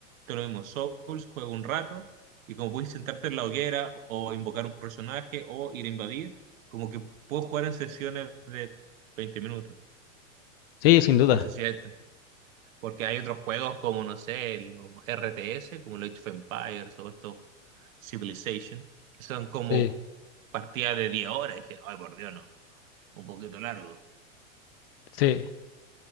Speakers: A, on the right; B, on the left.
A: Todo lo mismo, Souls, juego un rato y como puedes sentarte en la hoguera o invocar un personaje o ir a invadir, como que puedo jugar en sesiones de 20 minutos.
B: Sí, sin duda.
A: No sé si es esto. porque hay otros juegos como, no sé, los RTS, como los Age of Empires o estos Civilization, que son como
B: Sí,
A: partidas de 10 horas. Y dije, ay, por Dios, no, un poquito largo.
B: sí,